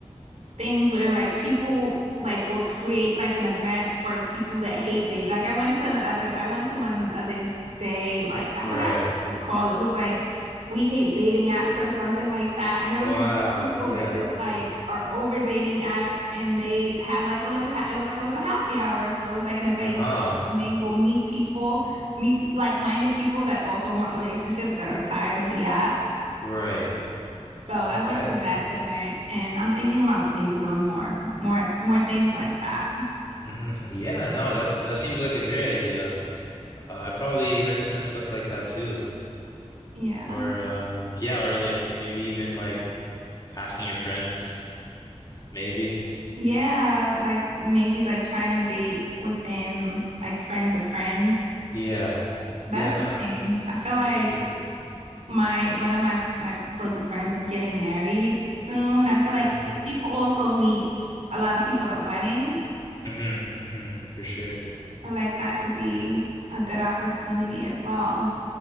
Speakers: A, on the right (about 75°); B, on the left (about 35°).
A: things where like people like will create like an event for people that hate dating. Like I went to the other, I went to one the other day, like I
B: Right.
A: forgot what it was called. It was like we hate dating apps or something like that. And
B: Wow,
A: there was a group of people
B: yeah.
A: that just like are over dating apps and they have like a little ha it was like a little happy hour. So it was like an event
B: Uh-huh.
A: you can go mingle, meet people, meet like-minded people that also want relationships that are tired of the apps.
B: Right.
A: So I
B: Okay.
A: went to that event and I'm thinking about maybe doing more, more, more things like that.
B: hmm Yeah, no, that that seems like a great idea. Uh, I'd probably recommend stuff like that too.
A: Yeah.
B: Or um yeah, or like maybe even like asking your friends, maybe.
A: Yeah. Like maybe like trying to date within like friends of friends.
B: Yeah.
A: That's
B: Yeah, no,
A: the thing. I feel like
B: for sure.
A: my, one of my, my closest friends is getting married soon. I feel like
B: hmm
A: people also meet a lot of people at weddings.
B: hmm hmm For sure.
A: So like that could be a good opportunity as well.